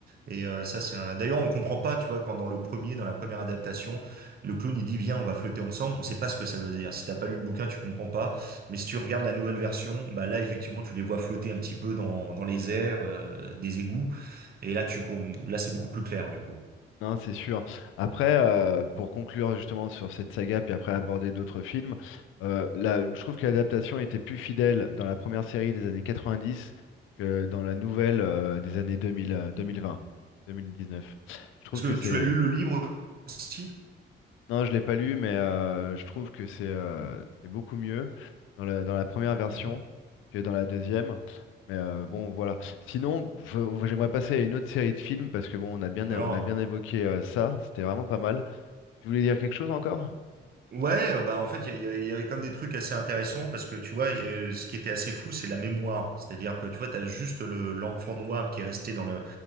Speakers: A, on the right; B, on the left.
A: Et euh, ça, c'est un. D'ailleurs, on comprend pas, tu vois, quand dans le premier, dans la première adaptation, le clown il dit viens, on va flotter ensemble. On sait pas ce que ça veut dire. Si t'as pas lu le bouquin, tu comprends pas. Mais si tu regardes la nouvelle version, bah là, effectivement, tu les vois flotter un petit peu dans dans les airs, euh, des égouts. Et là, tu com- là, c'est beaucoup plus clair du coup.
B: Non, c'est sûr. Après, euh, pour conclure justement sur cette saga, puis après aborder d'autres films, euh, là, je trouve que l'adaptation était plus fidèle dans la première série des années 90 que dans la nouvelle euh, des années 2000, euh, 2020, 2019. Je trouve
A: Parce
B: que
A: que
B: c'est
A: tu as lu le livre aussi?
B: Non, je l'ai pas lu, mais euh, je trouve que c'est euh, c'est beaucoup mieux dans la, dans la première version
A: Mhm.
B: que dans la deuxième. Mais euh, bon, voilà. Sinon, je- j'aimerais passer à une autre série de films parce que bon, on a bien,
A: Alors,
B: on a bien évoqué euh, ça. C'était vraiment pas mal. Tu voulais dire quelque chose encore?
A: ouais, euh, bah en fait, il y, a- il y avait il y avait comme des trucs assez intéressants parce que tu vois, euh, ce qui était assez fou, c'est la mémoire. C'est-à-dire que tu vois, t'as juste le, l'enfant noir qui est resté dans le,